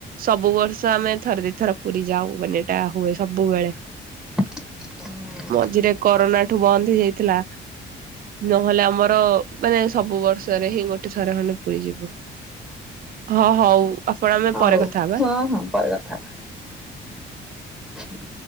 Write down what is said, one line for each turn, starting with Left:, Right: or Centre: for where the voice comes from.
Right: ସବୁ ବର୍ଷ ଆମେ ଥରେ ଦିଥର ପୁରୀ ଯାଉ ମାନେ ଏଟା ହୁଏ ସବୁବେଳେ।
Centre: ହଁ।
Right: ଝିରେ ଆଝିରେ କରୋନା ଠୁ ବନ୍ଦ ହେଇଯାଇଥିଲା ନହେଲେ ଆମର ମାନେ ସବୁ ବର୍ଷ। ରେ ହିଁ ଗୋଟେ ଥରେ ଖଣ୍ଡେ ପୁରୀ ଯିବ ହଁ ହଉ। ଆପଣ ଆମେ
Centre: ହଉ
Right: ପରେ କଥା ହବା।
Centre: ହଁ ହଁ ପରେ କଥା ‌।